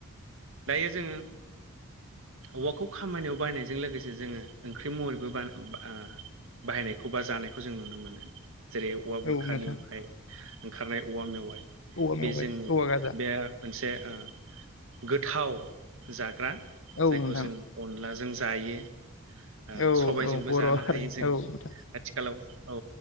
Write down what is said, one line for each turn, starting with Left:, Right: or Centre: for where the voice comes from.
Right: दायो जोङो औवाखौ खामानियाव बायनायजों लोगोसे जोङो ओंख्रि महरैबो बा ओ बाहायनायखौ बा जानायखौ जों नुनो मोनो जेरै औवा
Left: औ
Right: बुरखानिफ्राय
Left: नोंथां
Right: ओंखारनाय औवा मेवाय
Left: औवा मेवाइ
Right: बे जोंनि
Left: औवा गाजा
Right: बे मोनसे ओ गोथाव जाग्रा
Left: औ
Right: जायखौ
Left: नोंथां
Right: जोङो अनलाजों जायो ओ
Left: औ
Right: सबायजोंबो
Left: औ बर'
Right: जानो
Left: हारिनि
Right: हायो जों
Left: औ नोंथां
Right: आथिखालाव औ